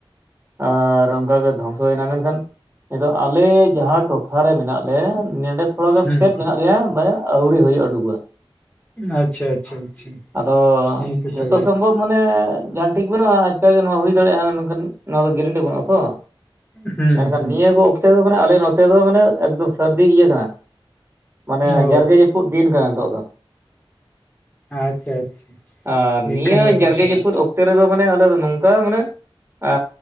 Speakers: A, on the right (about 25°); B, on the left (about 15°).
A: ᱟᱨ ᱚᱱᱠᱟᱜᱮ ᱫᱷᱚᱝᱥᱚᱭᱱᱟ ᱢᱮᱱᱠᱷᱟᱱ ᱟᱫᱚ ᱟᱞᱮ ᱡᱟᱦᱟᱸ ᱴᱚᱴᱷᱟ ᱨᱮ ᱢᱮᱱᱟᱜ ᱞᱮ ᱱᱮᱰᱮ ᱛᱷᱚᱲᱟ ᱜᱟᱱ
B: ᱦᱩᱸ
A: ᱥᱮᱯ ᱢᱮᱱᱟᱜ ᱞᱮᱭᱟ ᱢᱟᱱᱮ ᱟᱣᱨᱤ ᱦᱩᱭᱩᱜᱼᱟ ᱰᱩᱵᱟᱹ᱾
B: ᱟᱪᱪᱷᱟ ᱟᱪᱪᱷᱟ ᱟᱪᱪᱷᱟ,
A: ᱟᱫᱚ
B: ᱦᱮᱸ ᱛᱚ
A: ᱡᱚᱛᱚ
B: ᱛᱚᱵᱮ᱾
A: ᱥᱚᱢᱵᱷᱚᱵ ᱢᱟᱱᱮ ᱡᱟᱸᱦᱟᱱ ᱴᱷᱤᱠ ᱵᱟᱹᱱᱩᱜᱼᱟ ᱟᱪᱠᱟ ᱜᱮ ᱱᱚᱣᱟ ᱦᱩᱭ ᱫᱟᱲᱮᱭᱟᱜᱼᱟ ᱱᱩᱝᱠᱟᱱ ᱱᱚᱣᱟ ᱫᱚ ᱜᱮᱨᱮᱱᱴᱤ ᱵᱟᱹᱱᱩᱜᱼᱟ ᱛᱚ,
B: ᱦᱩᱸ
A: ᱢᱮᱱᱠᱷᱟᱱ
B: ᱦᱩᱸ
A: ᱱᱤᱭᱟᱹ ᱠᱚ ᱚᱠᱛᱮ ᱫᱚ ᱢᱟᱱᱮ ᱟᱞᱮ ᱱᱚᱛᱮ ᱫᱚ ᱢᱟᱱᱮ ᱮᱠᱫᱚᱢ ᱥᱟᱹᱨᱫᱤ ᱤᱭᱟᱹ ᱠᱟᱱᱟ᱾ ᱢᱟᱱᱮ
B: ᱚ
A: ᱡᱟᱨᱜᱮ ᱡᱟᱹᱯᱩᱫ ᱫᱤᱱ ᱠᱟᱱᱟ ᱱᱤᱛᱚᱜ ᱫᱚ᱾
B: ᱟᱪᱪᱷᱟ ᱟᱪᱪᱷᱟ
A: ᱟᱨ
B: ᱱᱤᱝᱠᱟᱹᱱ
A: ᱱᱤᱭᱟᱹ
B: ᱵᱮᱯᱟᱨ
A: ᱡᱟᱨᱜᱮ
B: ᱛᱚᱵᱮ
A: ᱡᱟᱹᱯᱩᱫ ᱚᱠ ᱛᱮ ᱨᱮᱫᱚ ᱢᱟᱱᱮ ᱟᱞᱮ ᱫᱚ ᱱᱚᱝᱠᱟ ᱢᱟᱱᱮ ᱟᱻ